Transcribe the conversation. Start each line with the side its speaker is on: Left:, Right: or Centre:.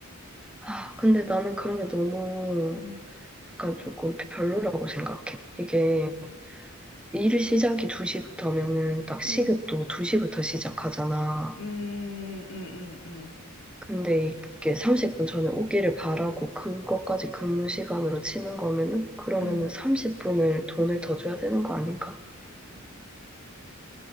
Centre: 아, 근데 나는 그런 게 너무
Left: 응.
Centre: 약간 조금 별로라고 생각해. 이게
Left: 음.
Centre: 일 시작이 2시부터 하면은 딱 시급도
Left: 응.
Centre: 2시부터 시작하잖아.
Left: 음, 음, 음, 음.
Centre: 근데 이게 30분 전에 오기를 바라고 그것까지 근무 시간으로 치는 거면은 그러면은
Left: 음.
Centre: 30분을 돈을 더 줘야 되는 거 아닌가?